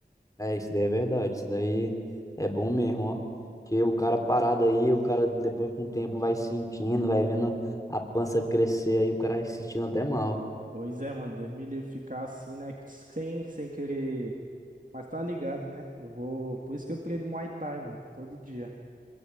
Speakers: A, on the left (about 20°); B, on the right (about 45°).
A: É, isso daí é verdade. Isso daí é bom mesmo, ó. Que o cara parado aí, o cara depois com o tempo vai sentindo, vai vendo a pança crescer aí, o cara vai se sentindo até mal.
B: Pois é, mano. Deus me livre ficar assim, né? Sem, sem querer. Mas tá ligado, né? Eu vou. Por isso que eu treino Muay Thai, mano. Todo dia.